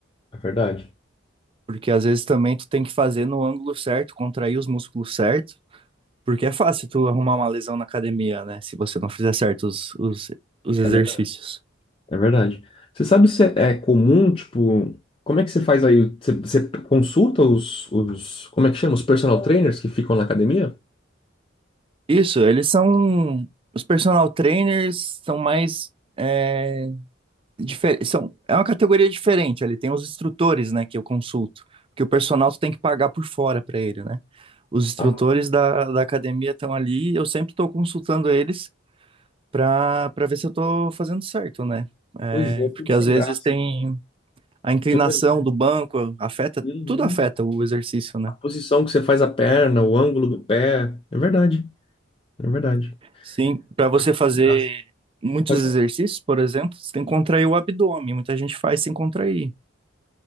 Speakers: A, on the left; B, on the right.
A: É verdade.
B: Porque às vezes também tu tem que fazer no ângulo certo, contrair os músculos certo, porque é fácil tu arrumar uma lesão na academia, né? Se você não fizer certo os, os, os exercícios.
A: É verdade. É verdade. Você sabe se é, é comum, tipo, como é que você faz aí? Você, você consulta os, os, como é que chama? Os personal trainers que ficam na academia?
B: Isso, eles são. Os personal trainers são mais. É, difer- são, é uma categoria diferente. Ele tem os instrutores, né, que eu consulto. Porque o personal tu tem que pagar por fora para ele, né? Os instrutores
A: Ah,
B: da, da academia estão ali. Eu sempre estou consultando eles para para ver se eu estou fazendo certo, né? É,
A: pois é, eu
B: porque
A: fico sem
B: às vezes
A: graça.
B: tem a inclinação
A: Tenho vergonha.
B: do banco, afeta,
A: Uhum.
B: tudo afeta o exercício, né?
A: A posição que você faz a perna, o ângulo do pé. É verdade. É verdade.
B: Sim, para você
A: Eu fico
B: fazer
A: sem graça.
B: muitos
A: Pode falar.
B: exercícios, por exemplo, você tem que contrair o abdômen. Muita gente faz sem contrair.